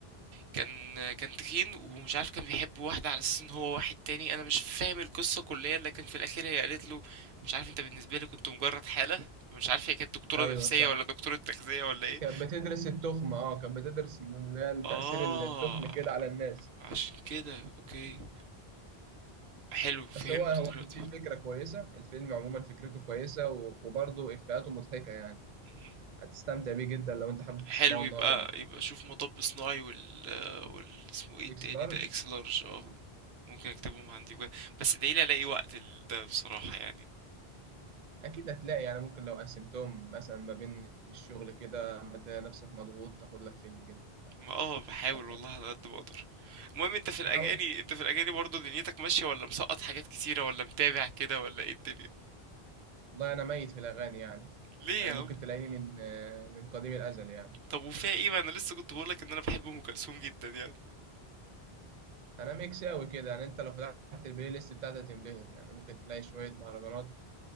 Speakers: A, on the right; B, on the right.
A: كان كان تخين ومش عارف كان بيحب واحدة على اساس ان هو واحد تاني انا مش فاهم القصة كليا لكن في الاخير هي قالت له مش عارف انت بالنسبة لي كنت مجرد حالة مش عارف هي كانت دكتورة
B: ايوه
A: نفسية
B: صح
A: ولا دكتورة تغذية ولا ايه
B: كانت بتدرس التخمة اه كانت بتدرس اللي هي
A: اه
B: تأثير التخم كده على الناس
A: عشان كده اوكي حلو فهمت
B: بس هو هو
A: دلوقتي
B: في فكرة كويسة الفيلم عموما فكرته كويسة و- وبرضه إفيهاته مضحكة يعني
A: مهم.
B: هتستمتع بيه جدا لو أنت حابب
A: حلو
B: تسمعه
A: يبقى
B: النهاردة
A: يبقى شوف مطب صناعي وال وال اسمه ايه التاني
B: إكس لارج
A: ده اكس لارج اه ممكن اكتبهم عندي بجد بس ادعيلي الاقي وقت ال- ده بصراحة يعني
B: اكيد هتلاقي يعني ممكن لو قسمتهم مثلا ما بين الشغل كده اما تلاقي نفسك مضغوط تاخد لك فيلم كده
A: ما اه بحاول
B: حتى
A: والله على قد ما اقدر المهم انت في الاغاني
B: تحاول
A: انت في الاغاني برضه دنيتك ماشية ولا مسقط حاجات كتيرة ولا متابع كده ولا ايه الدنيا
B: والله انا ميت في الاغاني يعني
A: ليه
B: انا
A: يا
B: ممكن
A: عم
B: تلاقيني من من قديم الازل يعني
A: طب وفيها ايه ما انا لسه كنت بقولك ان انا بحب ام كلثوم جدا يعني
B: انا ميكس قوي كده يعني انت لو فتحت البلاي ليست بتاعتي هتنبهر يعني ممكن تلاقي شويه مهرجانات